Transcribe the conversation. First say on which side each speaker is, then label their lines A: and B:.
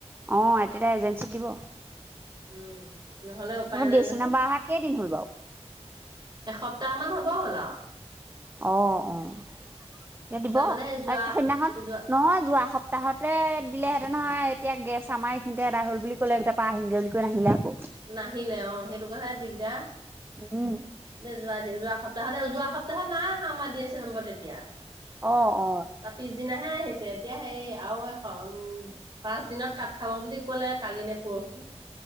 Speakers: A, on the right; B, on the right.
A: অঁ এ তেতিয়া এজেঞ্চিত দিব।
B: উম। নহলে উপায়
A: মোৰ
B: নাই
A: ডি
B: নহয়,
A: চি নাম্বাৰ অহা কেইদিন হ'ল বাৰু
B: এসপ্তাহ মান হ'ব হ'ল আৰু।
A: অ', অ', এতিয়া দিব
B: তাৰমানে
A: আৰু
B: সেই যোৱা
A: সেইদিনাখন
B: যোৱা
A: নহয় যোৱা সপ্তাহতে দিলেহেঁতে নহয় এতিয়া গেছ আমাৰ এইখিনিতে এদাই হ'ল বুলি ক'লে এক পাহ আহিগৈ বুলি কৈ নাহিলে আকৌ
B: নাহিলে অ', সেইটো কথাই দিগদাৰ।
A: উম।
B: দে যোৱা যোৱা সপ্তাহ যোৱা সপ্তাহত নাই আহা আমাৰ ডি এছ চি নম্বৰ তেতিয়া।
A: অ', অ'।
B: তাৰ পিছদিনাহে আহিছে এতিয়া সেই আৰু এশ উম পাঁচ দিনত কাট খাব বুলি ক'লে কালি নে পৰহি